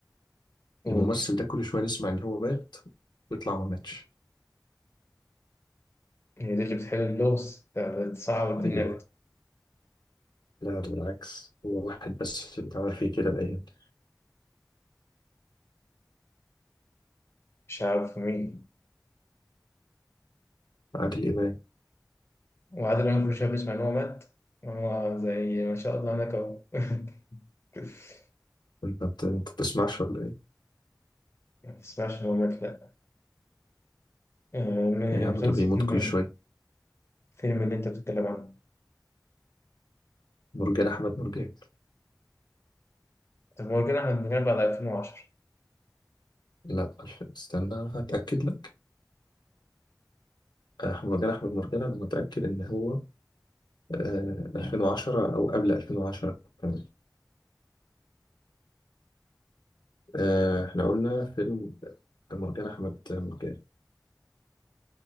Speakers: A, on the left; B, on the left.
A: قول
B: الممثل ده كل شويه نسمع ان هو مات ويطلع ما ماتش
A: هي دي اللي بتحل اللغز ده بتصعب الدنيا
B: ايوه
A: أكتر
B: لا بالعكس هو واحد بس اللي اتعمل فيه كده الايام دي.
A: مش عارف مين
B: عادل امام
A: وعادل إمام كل شوية بنسمع إن هو مات هو زي ما شاء الله هناك أهو <laughs>
B: انت بت- انت بتسمعش ولا ايه؟
A: ما تسمعش إن هو مات لأ آه، من-
B: إيه يا عم
A: مسلسل
B: ده بيموت
A: فيلم
B: كل
A: إيه؟
B: شويه
A: الفيلم اللي أنت بتتكلم عنه
B: مرجان احمد مرجان
A: طب مرجان أحمد مرجان بعد 2010
B: لا الف- استنى هتاكد لك أحمد أحمد مرجان أنا متأكد إن هو آه 2010 أو قبل 2010 كمان آه إحنا قلنا فيلم مرجان أحمد مرجان